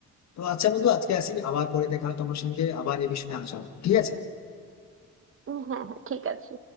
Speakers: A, on the left; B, on the right.
A: তো আচ্ছা বন্ধু আজকে আসি আবার পরে দেখা হয় তোমার সঙ্গে আবার এই বিষয়ে আলোচনা হবে। ঠিক আছে
B: উম হ্যাঁ হ্যাঁ ঠিক আছে